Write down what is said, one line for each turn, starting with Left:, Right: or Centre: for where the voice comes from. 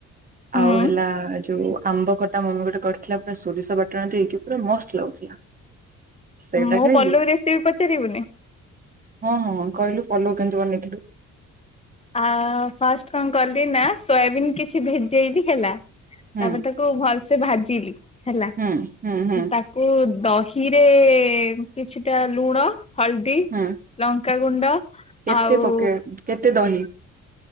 Left: ହୁଁ
Right: ଆଉ ହେଲା ଯୋଉ ଆମ୍ବ କଟା ମମି ଗୋଟେ କରିଥିଲା ପୁରା ସୋରିଷ ବାଟଣ ଦେଇକି ପୁରା ମସ୍ତ ଲାଗୁଥିଲା ସେଇଟା
Left: ମୁଁ
Right: ଖାଇଲି
Left: ପଲଉ ରେସିପି ପଚାରିବୁନି।
Right: ହଁ ହଁ କହିଲୁ ପୋଲଉ କେମିତି ବନେଇଥିଲୁ।
Left: ଆ ଫାଷ୍ଟ କଣ କଲି ନା ସୋୟାବିନ୍ କିଛି ଭେଜେଇଲି ହେଲା
Right: ହୁଁ
Left: ତାପରେ ତ କୁ ଭଲସେ ଭାଜିଲି ହେଲା
Right: ହୁଁ ହୁଁ ହୁଁ
Left: ତାକୁ। କୁ ଦହିରେ କିଛିଟା ଲୁଣ ହଳ ଦି
Right: ହୁଁ
Left: ଲଙ୍କାଗୁଣ୍ଡ
Right: କେତେ
Left: ଆଉ।
Right: ପକେଇ କେତେ ଦହି?